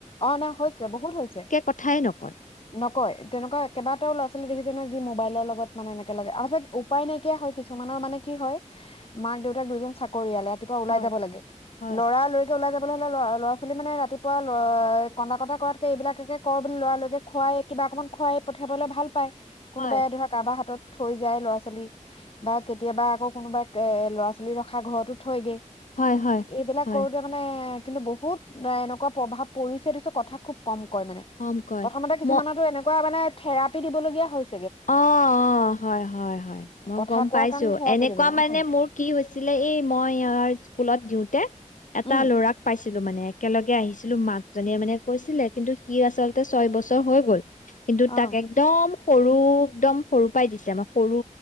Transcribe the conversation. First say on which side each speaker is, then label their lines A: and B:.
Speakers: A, on the left; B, on the left.
A: অ না হৈছে বহুত হৈছে
B: কথাই নকয়
A: নকয় তেনেকুৱা কেইবাটাও ল'ৰা ছোৱালী দেখিছেো মোবাইলৰ লগত মানে এনেকে লাগে উপায় নাইকিয়া হয় কিছুমানৰ মানে কি হয় মাক দেউতাক দুজন চাকৰিয়ালে ৰাতিপা ওলাই
B: হয়
A: যাব লাগে
B: হয়
A: লৰা লৰিকে ওলাই যাব লেৰা ল'ৰা ছোৱাল মে ৰাতিপুৱা অ কন্দনা কটা কৰাতকে এইবিলাকে কৰ বুলি লৰালকে খুৱাই কিবা অকনমান খোৱাই পঠিয়াবলৈ ভাল পায় কোনোবাই
B: হয়
A: ধৰক কাৰোবাৰ হাতত থৈ যায় লৰা চালি ব কেতিয়াবা আকৌ কোনোবাই এ ল'ৰা ছোৱালী ৰখা ঘৰতো থৈগৈ
B: হয় হয় হয়
A: এইবিলাক
B: হয়
A: কৰোতে মানে কিন্তু বহুত এনেকুৱা প্ৰভাৱ পৰিছেটো কথা খুব কম কয় মানে
B: কম কয়
A: প্ৰথমতে কিছুমানতো
B: ম
A: এনেকুৱা মানে থেৰাপি দিবলগীয়া হৈছে
B: অ অ হয় হয় হয় মই
A: কথা
B: গম
A: কোৱাৰ
B: পাইছো
A: কাৰণে থেৰাপি
B: এনেকুৱা
A: দিবলৈ
B: মানে
A: উম
B: মোৰ কি হৈছিলে এই মই ইাৰ স্কুলত দিওঁতে এটা
A: উম
B: ল'ৰাক পাইছে ছিলো মানে একেলগে আহিছিলো মাক জনীয়ে মানে কৈছিলে কিন্তু সি আচল্ততে ছয় বছৰ হৈ গ'ল কিন্তু
A: অ
B: তাক একদম সৰু একদম সৰু পৰাই দিছে আম সৰু